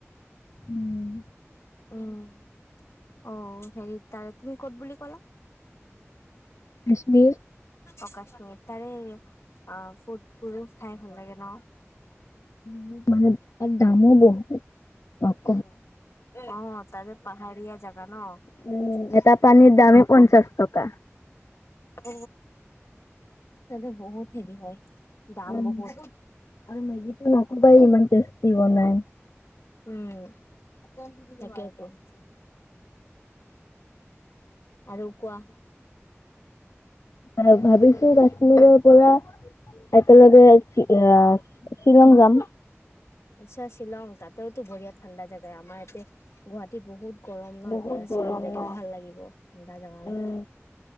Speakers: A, on the left; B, on the left.
A: উম।
B: অ'। উম অ', হেৰি তাৰে তুমি ক'ত বুলি ক'লা?
A: কাশ্মীৰ
B: অ কশ্মীৰ তাৰে অ ফুডবোৰো খাই ভাল লাগে ন
A: বুত মানে এক দামো বু <inaudible>
B: অ তাৰে পাহাৰীয়া জাগা ন
A: উম এটা পানীৰ
B: মতে
A: দামেই পঞ্চাশ টকা।
B: অ ততে বহুত হেৰি হয় দাম
A: উম,
B: বহুত
A: আৰু মেগীটো নকবাই ইমান টেষ্টি বনাই।
B: উম, <unintelligible> আৰুকোৱা
A: <inaudible> কাশ্মীৰৰ পৰা <unintelligible> আহ শ্বিলং যাম
B: আচ্ছা শ্বিলং তাত তো ব়িয় ঠাণ্ডা জগায় আাৰ এ, গুৱাহাটীত বহুত গৰম ন
A: বহুত
B: এতিয়া, শ্বিলং
A: গৰম
B: যায়
A: ন
B: কেনে ভাল লাগিব। ঠাণ্ডা জাগা ন?
A: উম,